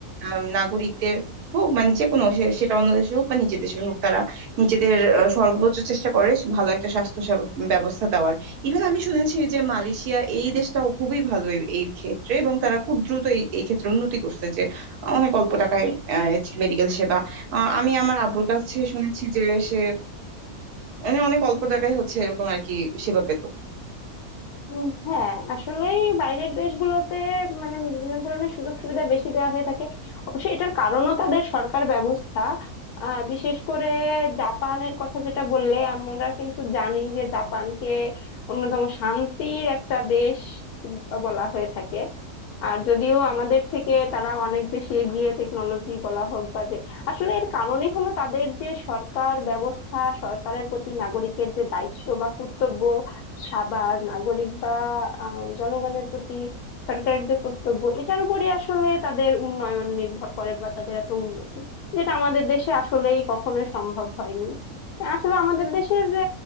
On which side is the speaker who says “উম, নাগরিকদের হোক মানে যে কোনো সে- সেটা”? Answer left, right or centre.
Right